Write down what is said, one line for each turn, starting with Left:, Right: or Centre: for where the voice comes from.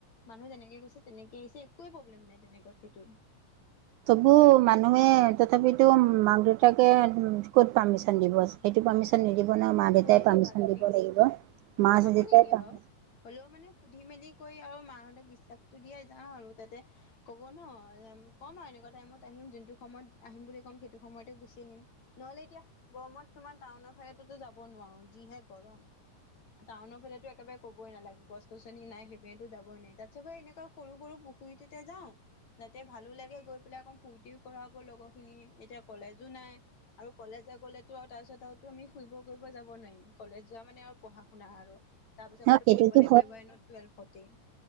Left: মানুহ যেনেকে গৈছে তেনেকে আহিছে একোৱে প্ৰব্লেম নাই তেনেকুৱাত সেইটোত
Right: চবু মানুহে তথাপিতো মাক দেউতাকে ক'ত পাৰ্মিশন দিব সেইটো পাৰ্মিশ্যন নিদিব ন মা দেউতাই
Left: সুধি চাবা
Right: পাৰ্মিশ্যন
Left: তুমি
Right: দিব লাগিব মা
Left: আমাকো
Right: যেতাই
Left: নিদিয়ে
Right: পাৰন
Left: বাৰু হ'লেও মানে সুধি মেলি কৰি আৰু মাহঁতক বিশ্বাসটো দিয়ে যাওঁ আৰু তাতে ক'ব ন কম এনেকুৱা টাইমত আহিম যোনটো সময়ত আহিম বুলি ক'ম সেইটো সময়তে গুচি আহিম নহলে এতিয়া গৰমত তোমাৰ টাউনৰ ফাইততো যাব নোৱাৰো যিহে গৰম টাউনৰ ফালেতো একেবাৰে ক'বই নালাগে গছ গছনি নাই সেইবতো যাবই নোৱাৰি তাত চবে এনেকুৱা সৰু সৰু পুখুৰীটোতে যাওঁ যাতে ভালো লাগে গৈ পেলাই অকণ ফূৰ্তিও কৰাব লগৰখিনি এতিয়া কলেজো নাই আৰু কলেজা গ'লেতো আৰু তাৰপিছত আৰুো আমি শুই কৰিব যাব নোৱাৰিম কলেজ যোৱা মানে আৰু পঢ়া শুনা আৰু তাৰ পিছৰ
Right: ন
Left: পৰাতো
Right: সেইটোতো
Left: পঢ়িব লাগিব এইাৰ ন টুৱেলভ ফৰটি